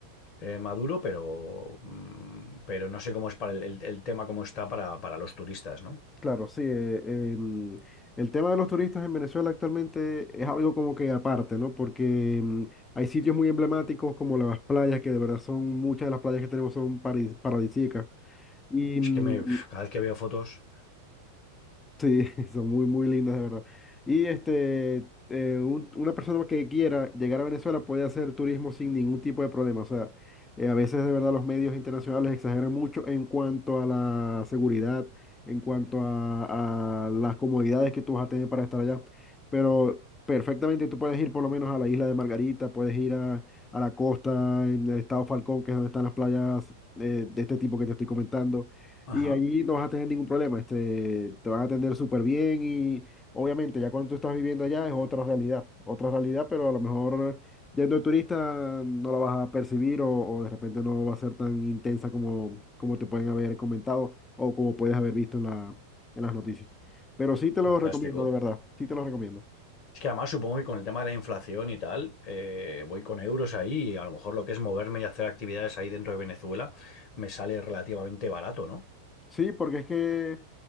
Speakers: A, on the left; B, on the left.
A: eh, Maduro, pero, mm, pero no sé cómo es para el, el- el tema, cómo está para, para los turistas, ¿no?
B: Claro, sí. eh, em, el tema de los turistas en Venezuela actualmente es algo como que aparte, ¿no? Porque em, hay sitios muy emblemáticos como las playas, que de verdad son, muchas de las playas que tenemos son paradis- paradisíacas. Y,
A: Es
B: mm,
A: que me, cada vez que veo fotos,
B: Sí, <laughs> son muy, muy lindas, de verdad. Y este, eh, un- una persona que quiera llegar a Venezuela puede hacer turismo sin ningún tipo de problema. O sea, eh, a veces de verdad los medios internacionales exageran mucho en cuanto a la seguridad, en cuanto a, a las comodidades que tú vas a tener para estar allá. Pero perfectamente tú puedes ir por lo menos a la isla de Margarita, puedes ir a, a la costa en el estado Falcón, que es donde están las playas eh, de este tipo que te estoy comentando
A: ajá,
B: y allí no vas a tener ningún problema, este, te van a atender súper bien y obviamente ya cuando tú estás viviendo allá es otra realidad, otra realidad, pero a lo mejor yendo de turista no la vas a percibir o, o de repente no va a ser tan intensa como, como te pueden haber comentado o como puedes haber visto en la, en las noticias. Pero sí te lo
A: fantástico.
B: recomiendo, de verdad, sí te lo recomiendo.
A: Es que además supongo que con el tema de la inflación y tal, eh, voy con euros ahí y a lo mejor lo que es moverme y hacer actividades ahí dentro de Venezuela me sale relativamente barato, ¿no?
B: Sí, porque es que